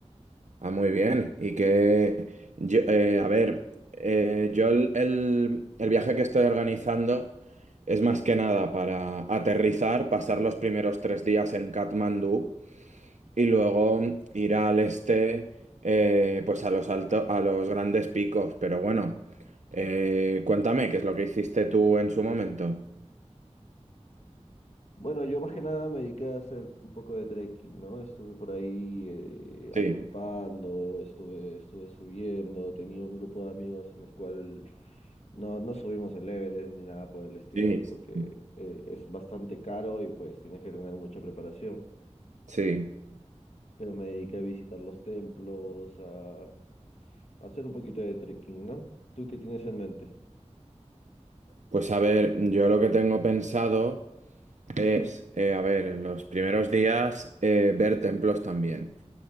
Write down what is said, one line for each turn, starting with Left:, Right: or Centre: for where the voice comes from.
Right: Ah, muy bien. Y que, yo- eh, a ver, eh, yo el, el- el viaje que estoy organizando es más que nada para aterrizar, pasar los primeros tres días en Katmandú y luego ir al este, eh, pues a los alto- a los grandes picos. Pero bueno, eh, cuéntame, ¿qué es lo que hiciste tú en su momento?
Left: Bueno, yo más que nada me dediqué a hacer un poco de trekking, ¿no? Estuve por ahí eh,
Right: Sí,
Left: acampando, estuve, estuve subiendo, tenía un grupo de amigos en el cual no, no subimos el Everest ni nada por el estilo,
Right: sí,
Left: porque
Right: sí.
Left: eh, es bastante caro y pues tienes que tener mucha preparación.
Right: Sí.
Left: pero me dediqué a visitar los templos, a, a hacer un poquito de trekking, ¿no? ¿Tú qué tienes en mente?
Right: Pues a ver, yo lo que tengo pensado. Es, eh, a ver, en los primeros días eh, ver templos también.